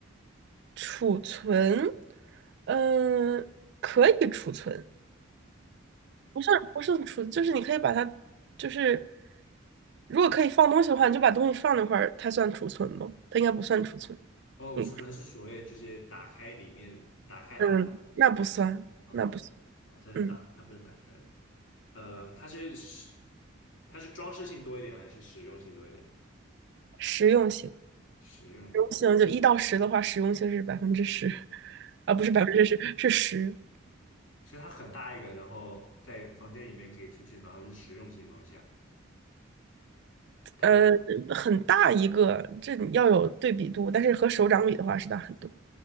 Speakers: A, on the right; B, on the left.
A: 储存，嗯、可以储存。不是不是储，就是你可以把它，就是如果可以放东西的话，你就把东西放那块儿，它算储存吗？它应该不算储存。
B: 哦，
A: 嗯
B: 我储存是所谓就是打开里面，打开它，
A: 嗯，那不算，
B: 哦，
A: 那不算。
B: 那不算，哦，它打它不能打开的。
A: 嗯，
B: 呃，它是实，它是装饰性多一点还是实用性多一点？
A: 实用性，实
B: 实用性的。
A: 用性就一到十的话，实用性是百分之十，啊，
B: 哦，
A: 不是百分之十，是十。
B: 所以它很大一个，然后在房间里面可以出现，然后是实用性的东西啊。它
A: 呃，很大一个，这你要有对比度，但是和手掌比的话是大很多，